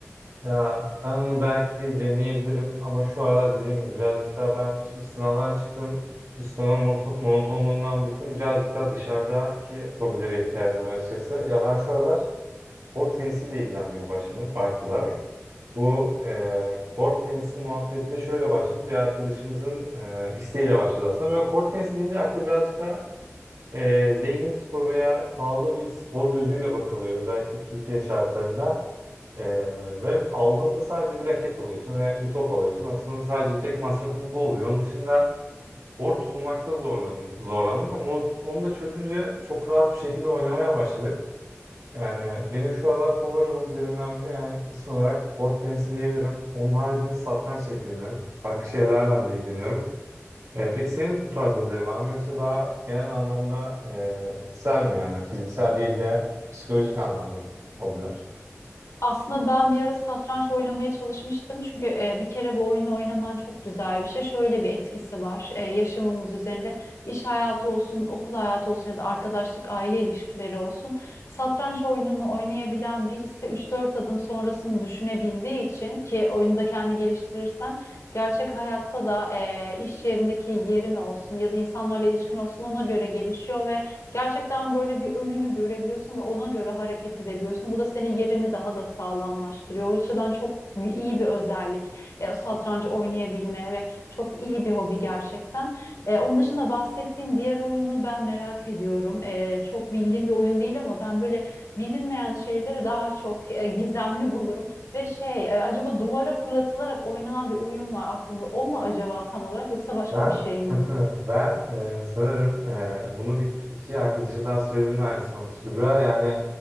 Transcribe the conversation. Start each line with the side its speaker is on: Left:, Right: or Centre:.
Right: Ya ben onu belki bir deneyebilirim ama şu aralar dediğim gibi birazcık daha ben şimdi sınavdan çıktım. Bu sınavın moto- monotonluğundan bıktım. Birazcık daha dışarıdaki hobilere ihtiyacım var açıkçası. Ya ben şu aralar kort tenisiyle ilgilenmeye başladım farklı olarak. Bu e, kort tenisi muhabbeti de şöyle başladı. Bir arkadaşımızın e, isteğiyle başladı aslında. Böyle kort tenisi deyince aklı birazcık da e, zengin spor veya pahalı bir spor gözüyle bakılıyor. Özellikle Türkiye şartlarında. E, ve aldığımda sadece bir raket alıyorsun ve bir top alıyorsun. Aslında sadece tek masrafın bu oluyor. Onun dışında kort bulmakta zorlan zorlandık ama o- onu da çözünce çok rahat bir şekilde oynamaya başladık. Yani benim şu aralar favori hobilerimden biri yani kesin olarak kort tenisi diyebilirim. Onun haricinde satrançla ilgileniyorum. Farklı şeylerle de ilgileniyorum. E, peki senin bu tarz hobilerin var mı yoksa daha genel anlamda e, içsel mi yani fiziksel değil de psikolojik anlamda hobiler?
Left: Aslında ben bir ara satranç oynamaya çalışmıştım. Çünkü e, bir kere bu oyunu oynaman çok güzel bir şey. Şöyle bir etkisi var. E, yaşamımız üzerinde iş hayatı olsun, okul hayatı olsun ya da arkadaşlık, aile ilişkileri olsun. Satranç oyununu oynayabilen birisi üç dört adım sonrasını düşünebildiği için ki oyunda kendi geliştirirsen gerçek hayatta da e, iş yerindeki yerin olsun ya da insanlarla ilişkin olsun ona göre gelişiyor Gerçekten böyle bir önünü görebiliyorsun ve ona göre hareket edebiliyorsun. Bu da senin yerini daha da sağlamlaştırıyor. O açıdan çok iyi bir özellik. E, o satrancı oynayabilme ve çok iyi bir hobi gerçekten. E, onun dışında bahsettiğin diğer oyunu ben merak ediyorum. E, çok bildiğim bir oyun değil ama ben böyle bilinmeyen şeyleri daha çok e, gizemli bulurum. Ve şey, e, acaba duvara fırlatılarak oynanan bir oyun var aklımda. O mu acaba tam olarak yoksa başka
Right: Ben
Left: bir şey mi
Right: <laughs>
Left: bu?
Right: ben e, sanırım e, bunu bir iki arkadaşa daha söylediğimde aynısı olmuştu. Kübra yani